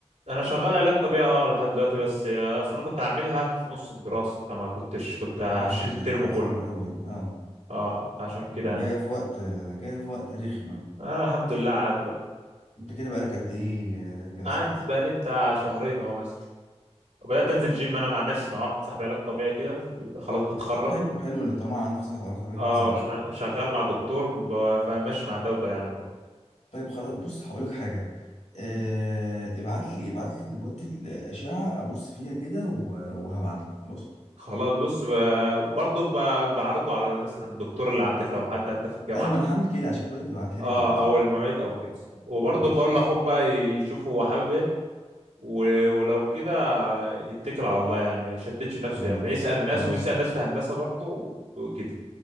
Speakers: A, on the right; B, on the left.
A: انا شغال علاج طبيعي اه لحد دلوقتي بس آه، اصل انا كنت هعملها في نص الدراسه فما كنتش كنت هشيل
B: اه
A: الترم
B: يعني تبقى
A: كله
B: صعبه قوي دي. اه
A: اه عشان كده
B: وجايه
A: يعني
B: في وقت جايه في وقت رخم قوي
A: انا الحمد لله عادي بقى
B: انت كده بقالك قد ايه آه، جلسات
A: قعد بقالي بتاع شهرين اهو مثلا وبدات انزل جيم انا مع نفسي مع واحد صاحبي علاج طبيعي كده ف- خلاص بيتخرج
B: طب حلو حلو اللي طالما عندك صاحب علاقه طبيعيه
A: اه
B: كويس جدا
A: مم. شغ- شغال مع دكتور ب- فماشي مع ده وده يعني برضه
B: طيب خلاص بص هقول لك حاجه آه،
A: مم.
B: ابعت لي ابعت لي دلوقتي الاشعه ابص فيها كده و- وهبعت لك خلاص
A: خلاص بص ب- برضه ب- بعرضه على مثلا الدكتور اللي عندك لو حد عندك في الجامعة
B: ايوه انا هعمل كده عشان كده بقول لك ابعتها
A: اه
B: لي دلوقتي
A: او
B: يلا
A: المعيد او كده وبرضه
B: ماشي
A: بقول لاخوك بقى ي- يشوف هو حابب ايه و- ولو كده يتكل على الله يعني ما يشتتش نفسه
B: خلاص
A: يعني ما يسأل ناس
B: خلاص
A: ويسأل ناس في هندسة برضه وكده